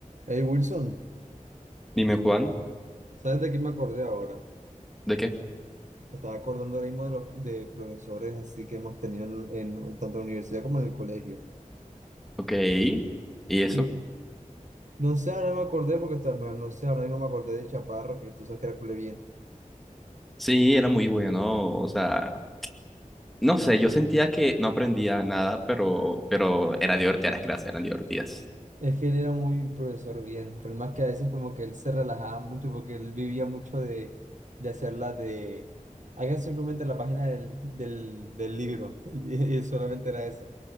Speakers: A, on the right (about 65°); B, in the centre.
A: Hey Wilson,
B: Dime, Juan,
A: ¿sabes de qué me acordé ahora?
B: ¿De qué?
A: Estaba acordando ahora mismo de los de profesores así que hemos tenido en, en tanto en la universidad como en el colegio.
B: Ok. ¿Y eso?
A: Y no sé, ahora me acordé porque está- me- no sé, ahora mismo me acordé de Chaparro, que tú sabes que era cule bien.
B: sí, era muy bueno, o sea, no sé, yo sentía que no aprendía nada, pero, pero era divertida, las clases eran divertidas,
A: Es que él era muy profesor bien, pero más que a veces como que él se relajaba mucho porque él vivía mucho de, de hacerla de... Haga simplemente la página del, del, del libro <laughs> y, y solamente era eso.